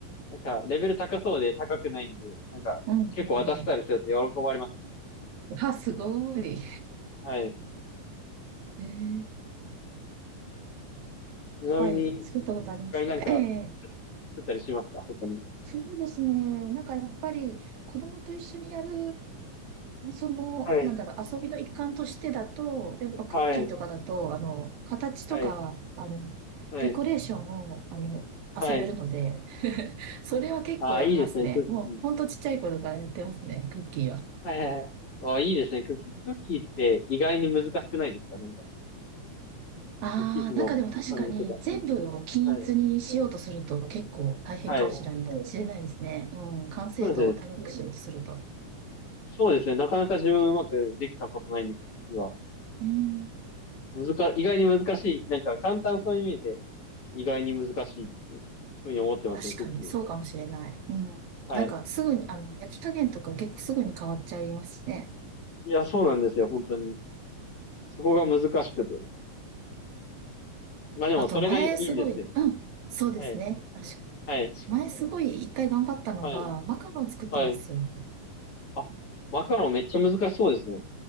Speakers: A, on the left (about 45°); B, on the right (about 70°).
A: なんか、レベル高そうで高くないんで、なんか、
B: うんうんうん。
A: 結構渡したりすると喜ばれますね。
B: あ、すごい。
A: はい。
B: えー、
A: ちなみに、
B: はい、作ったことあるんですけど。
A: 他になんか
B: ええ
A: 作ったりしますか他に。
B: そうですね。なんかやっぱり子供と一緒にやる、その、
A: はい。
B: なんだろう、遊びの一環としてだと、やっぱクッキーとかだと、
A: はい。
B: あの、形とか、
A: はい。
B: あの、
A: はい。
B: デコレーションを、あの、遊べるので、
A: はい。
B: <laughs> それは結構やりますね。
A: ああ、いいですね、クッキー。
B: もう、ほんとちっちゃい頃からやってますね、クッキーは。
A: はいはいはい。ああ、いいですね、クッキー。クッキーって意外に難しくないですかなんか、
B: ああ、
A: こう生地の感じとか。
B: なんかでもう確かん。に全部を均一にしようとすると結構大変かもしれない、
A: はい。はい。
B: そう、知れないですね。うん、完成度を高そくしよううとすると。
A: そうですね。そうですね。なかなか自分うまくできたことないんで、クッキーは。
B: うん、
A: 難か、意外に難しい。なんか簡単そうに見えて、意外に難しいっていうふうに思ってますね、
B: 確かにそうかもしれない。
A: クッキーは。
B: うん。
A: はい。
B: なんかすぐに、あの、焼き加減とか結構すぐに変わっちゃいますしね。
A: いや、そうなんですよ、本当に。そこが難しくて。まあでも、
B: あと前すごい、
A: それがいいんですけど。
B: うん、そうですね。
A: はい。
B: 確かに。
A: はい。
B: 前すごい一回頑張ったのが、
A: はい。
B: マカロン作ったんですよ。
A: はい。あ、マカロンめっちゃ難しそうですね。